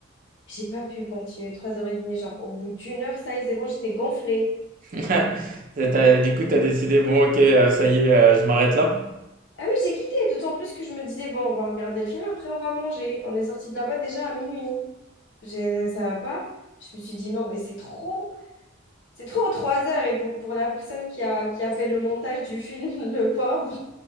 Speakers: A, on the left; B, on the right.
A: J'ai pas pu continuer trois heures et demie, genre au bout d'une heure, ça y est, c'est bon, j'étais gonflée.
B: <laughs> Et T'as- Du coup, tu as décidé, bon, ok, euh, ça y est, euh, je m'arrête là.
A: Ah oui, j'ai quitté, d'autant plus que je me disais, bon, on va regarder le film, après on va manger. On est sorti de là-bas déjà à minuit. J'ai- ça va pas. Je me suis dit, non, mais c'est trop, c'est trop, trois heures. Et pour, pour la personne qui a, qui a fait le montage du film, <laughs> le pauvre,